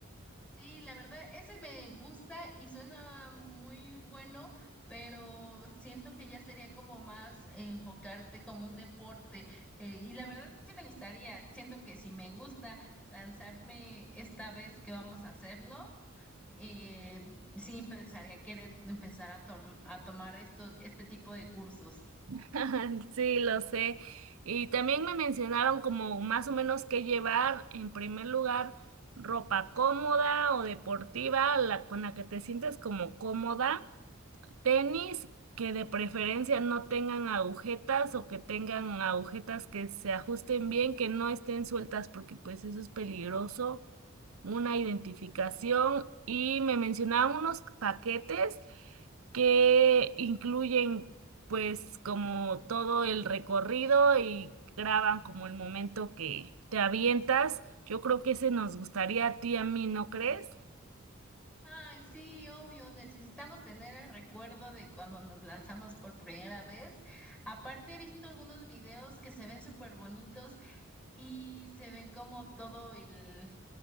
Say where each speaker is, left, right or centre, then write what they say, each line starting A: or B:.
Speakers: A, in the centre; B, on the right.
A: Sí, la verdad, ese me gusta y suena muy bueno, pero siento que ya sería como más eh, enfocarte como un deporte. eh, y la verdad sí me gustaría, siento que si me gusta lanzarme esta vez que vamos a hacerlo, eh, sí empezaría a querer empezar a, tom- a tomar esto, este tipo de cursos.
B: <laughs> Sí, lo sé. Y también me mencionaron como más o menos qué llevar, en primer lugar, ropa cómoda o deportiva, la con la que te sientes como cómoda, tenis que de preferencia no tengan agujetas o que tengan agujetas que se ajusten bien, que no estén sueltas porque pues eso es peligroso una identificación y me mencionaban unos paquetes que incluyen pues como todo el recorrido y graban como el momento que te avientas. Yo creo que ese nos gustaría a ti, a mí, ¿no crees?
A: Ay, sí, obvio, necesitamos tener el recuerdo de cuando nos lanzamos por primera vez. Aparte, he visto algunos videos que se ven súper bonitos y se ven como todo el,